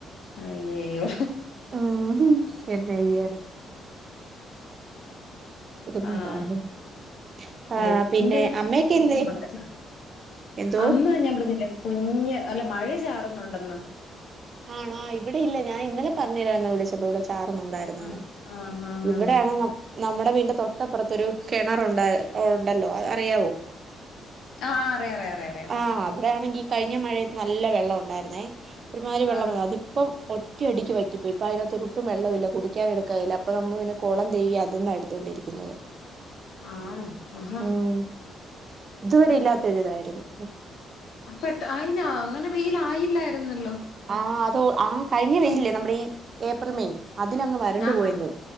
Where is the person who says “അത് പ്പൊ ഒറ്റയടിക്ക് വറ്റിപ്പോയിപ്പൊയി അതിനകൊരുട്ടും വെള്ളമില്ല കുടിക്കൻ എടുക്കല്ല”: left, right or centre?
Right